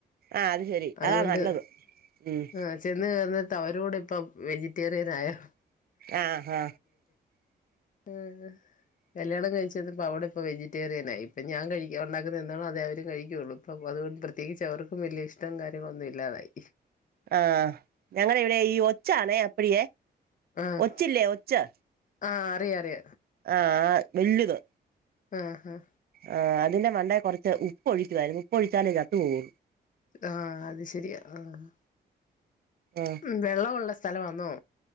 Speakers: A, on the right; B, on the left.
A: ആഹ് അത് ശരി
B: അതുകൊണ്ട്
A: അതാ നല്ലത് ഉം
B: ആ ചെന്ന് കയറ് ത്ത് അവരോട് ഇപ്പം വെജിറ്റേറിയനായോ
A: ആ ഹാ
B: ആ കല്യാണം കഴിച്ചത്പ്പ അവിടെ ഇപ്പൊ വെജിറ്റേറിയൻ ആയി അപ്പ ഞാൻ കഴിക്കാൻ ഉണ്ടാക്കുന്നത് എന്താണോ അതെ ര് കഴിക്യള്ളൂ ഇപ്പം അതുകൊണ്ട് ത്തേച്ച് അവർ പ്പം വല്ല്യ ഇഷ്ടം കാര്യങ്ങളൊന്നും ഇല്ലാതായി
A: ആഹ് ഞങ്ങള ഇവിടെ ഈ ഒച്ചാണേ അപ്പടിയേ
B: ആഹ്
A: ഒച്ചില്ലേ ഒച്ച്
B: ആഹ് അറിയ അറിയ
A: ആഹ് വല്ല്യത്
B: ആ ഹ
A: ആ അതിന്റെ മണ്ടെ കുറച്ച് ഉപ്പ് ഒഴിക്കുവായിരുന്നു ഉപ്പ് ഒഴിച്ചാലെ ചത്ത് പോവൂ
B: ആഹ് അത് ശരിയാ ആഹ്
A: ആഹ്
B: ഉം വെള്ള ഉള്ളെ സ്ഥലം ആന്നോ